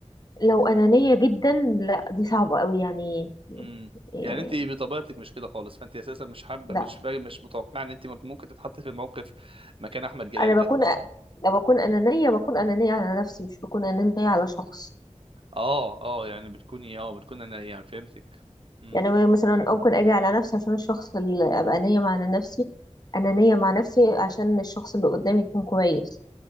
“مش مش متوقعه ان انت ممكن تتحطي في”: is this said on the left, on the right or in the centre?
Right